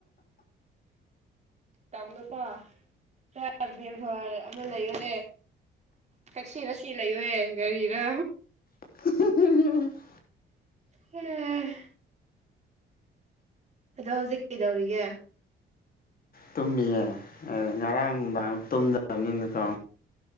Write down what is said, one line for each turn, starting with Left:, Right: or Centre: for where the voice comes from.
Right: ꯇꯧꯅꯨꯀꯣ ꯈꯔ ꯕꯦꯚꯔ ꯑꯃ ꯂꯩꯌꯣꯍꯦ ꯊꯛꯁꯤ ꯉꯁꯤ ꯂꯩꯌꯣꯍꯦ ꯀꯔꯤꯔꯥ
Left: <unintelligible>
Right: ꯑꯦ ꯑꯗꯣ ꯍꯧꯖꯤꯛ ꯀꯩꯗꯧꯔꯤꯒꯦ
Left: ꯇꯨꯝꯃꯤꯌꯦ ꯉꯔꯥꯡ ꯅꯨꯡꯗꯥꯡ ꯇꯨꯝꯗꯕꯅꯤꯅ ꯀꯣ